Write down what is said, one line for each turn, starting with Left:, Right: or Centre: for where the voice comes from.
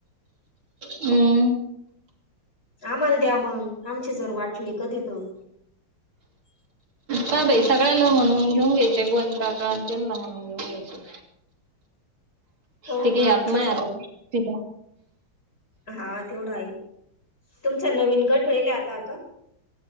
Right: हम्म
Left: आम्हाला द्या मग आमचे जर वाटले कधी तर <inaudible>
Right: का बाई सगळ्याला म्हणून घेऊन घ्यायचे गोंद काका अजनला म्हणून घेऊन घ्यायचे
Left: हो
Right: ते
Left: मग
Right: काही
Left: आमच
Right: आप माय
Left: जर
Right: आता ठीक आहे.
Left: हा तेवढा आहे तुमचा नवीन गट वल आता का